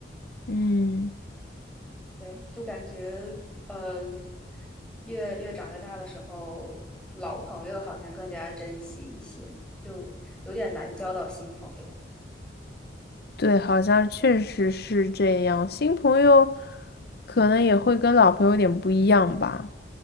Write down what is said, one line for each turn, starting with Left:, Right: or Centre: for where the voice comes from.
Left: 嗯，
Centre: 对，就感觉呃，越越长越大的时候，老朋友好像更加珍惜一些，就有点难交到新朋友。
Left: 对，好像确实是这样。新朋友可能也会跟老朋友有点不一样吧，